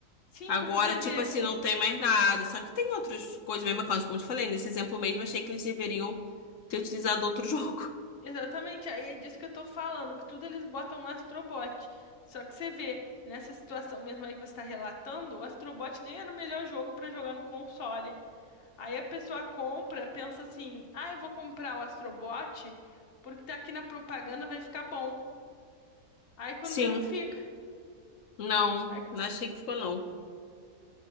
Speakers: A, on the left; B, on the left.
A: Sim,
B: Agora,
A: porque você
B: tipo
A: vê.
B: assim, não tem mais nada. Só que tem outras coisas bem bacanas, como eu te falei. Nesse exemplo mesmo, achei que eles deveriam ter utilizado outro <laughs> jogo.
A: Exatamente, aí é disso que eu tô falando, que tudo eles botam um Astrobot. Só que você vê, nessa situação mesmo aí que você tá relatando, o Astrobot nem era o melhor jogo pra jogar no console. Aí a pessoa compra, pensa assim: ah, eu vou comprar o Astrobot porque tá aqui na propaganda, vai ficar bom. Aí quando
B: Sim,
A: vê, não fica.
B: não,
A: Aí,
B: não achei que ficou, não.